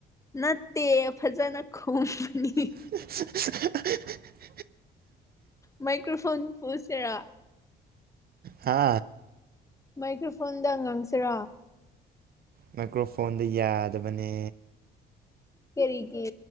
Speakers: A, on the left (about 15°); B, on the right (about 55°).
A: ꯅꯠꯇꯦ ꯐꯖꯅ ꯈꯨꯝꯕꯅꯤ
B: <unintelligible>
A: ꯃꯥꯏꯀ꯭ꯔꯣꯐꯣꯟ ꯄꯨꯁꯤꯔꯥ
B: ꯍꯥ
A: ꯃꯥꯏꯀ꯭ꯔꯐꯣꯟꯗ ꯉꯥꯡꯁꯤꯔꯥ
B: ꯃꯥꯏꯀ꯭ꯔꯣꯐꯣꯟꯗ ꯌꯥꯗꯕꯅꯦ
A: ꯀꯦꯔꯤꯒꯤ